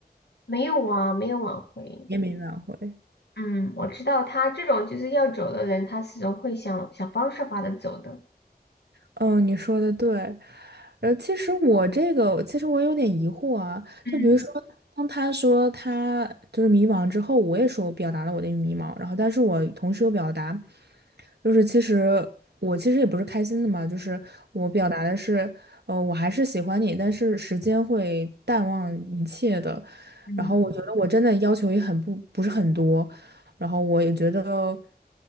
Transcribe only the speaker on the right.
也没挽回。
嗯，你说的对。然后其实我这个，其实我有点疑惑啊。
就比如说，当他说他就是迷茫之后，我也说我表达了我的迷茫，然后但是我同时又表达，就是其实我其实也不是开心的嘛，就是我表达的是，呃，我还是喜欢你，但是时间会淡忘一切的。
然后我觉得我真的要求也很不不是很多，然后我也觉得，